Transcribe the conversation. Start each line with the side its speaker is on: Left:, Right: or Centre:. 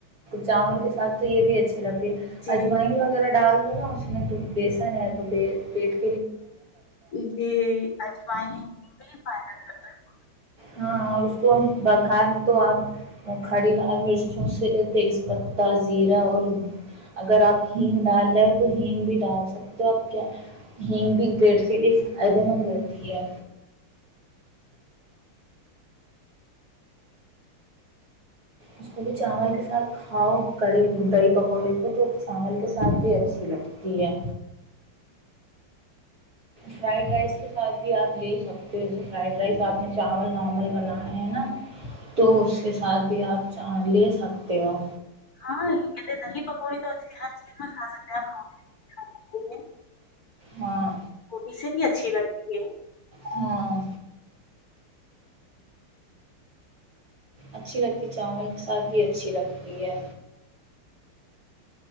Right: چاول کے
Left: دیں،
Right: ساتھ تو یہ بھی اچھے لگتے ہیں
Left: جی
Right: اجواین وغیرہ ڈال اس میں تو بیسن ہیں تو بے بیٹھ
Left: جی اجواین ہی فایدا کرتا ہیں بہت
Right: ہاں اس کو تو آپ بگار تو کھڈی لال مرچ سے تیز پتتا زیرا اور اگر آپ ہین ڈالیے تو ہین بھی ڈال سکتے ہو تو ہین بھی گریٹس کے لیے فایدے مند ہوتی ہے اس کو بھی چاول کے ساتھ کھاؤ کڈی دہی پکوڈے کو تو چاول کے ساتھ بھی اچھی لگتی ہیں فرایڈ رایس کے ساتھ بھی آپ لیے سکتے ہو فرایڈ رایس اپنے چاول نورمل بنانا ہینا تو اس کے ساتھ بھی آپ چاول لیے سکتے ہو
Left: ہاں کہت دہ پکوڑ تو ا ہر چیز میں خا جتا <unintelligible>
Right: ہاں
Left: تھوٹیی سے بھی اچھی لگتی ہے
Right: ہاں اچھی لگتی چاول کے ساتھ بھی اچھی لگتی ہے